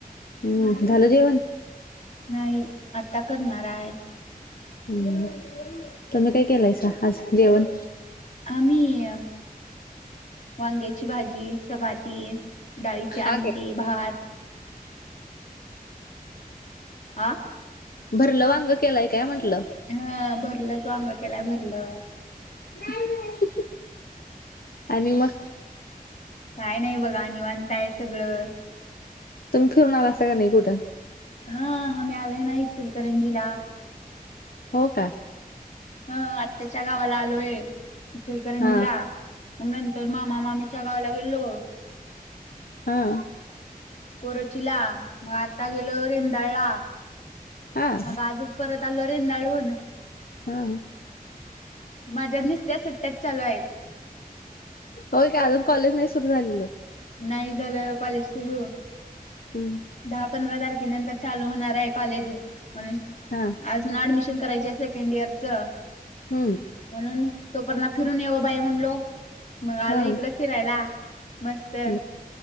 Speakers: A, on the left (about 70°); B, on the left (about 50°).
A: हम्म झालं जेवण?
B: नाही आता करणार हाय
A: हम्म... तुम्ही काय केलायसा आज जेवण?
B: आम्ही... वांग्याची भाजी, चपाती. डाळीची
A: हा
B: आमटी,
A: काय?
B: भात आ?
A: भरलं वांग केलाय काय म्हटलं?
B: हा.... भरलंच वांग केलाय, भरलं
A: <unintelligible> आणि मग?
B: काय नाही बघा, निवांत हाय सगळं
A: तुम्ही फिरून आलासा की नाई कुठं?
B: हा... हामी आलोय ना इचलकरंजीला
A: हो का?
B: हं.... आत्याच्या गावाला आलोय, इचलकरंजीला
A: हा
B: मग नंतर मामा मामीच्या गावाला गेलो
A: हा
B: कोरोचीला... मग आता गेलो रेंदाळला...
A: हा
B: मग आजच परत आलो रेंदाळहून
A: हा
B: माझ्या नुसत्या सुट्ट्याच चालू हायेत.
A: होय काय अजून कॉलेज नाही सुरू झालेलं
B: नाही झालं कॉलेज सुरू
A: हम्म
B: दहा पंधरा तारखेनंतर चालू होणार आहे कॉलेज म्हणून
A: हा
B: अजून ऍडमिशन करायची सेकंड इयर चं
A: हम्म
B: म्हणून तो परणा फिरून येओ बाई म्हणलो मग आलो
A: हा
B: इकडं फिरायला मस्त
A: मग